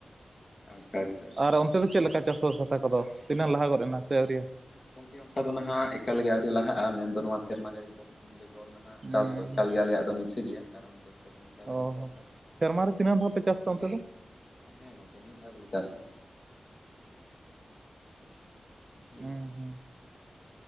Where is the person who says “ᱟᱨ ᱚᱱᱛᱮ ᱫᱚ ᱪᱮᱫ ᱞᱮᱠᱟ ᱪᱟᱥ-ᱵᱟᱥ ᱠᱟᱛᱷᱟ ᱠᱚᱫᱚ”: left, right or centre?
Right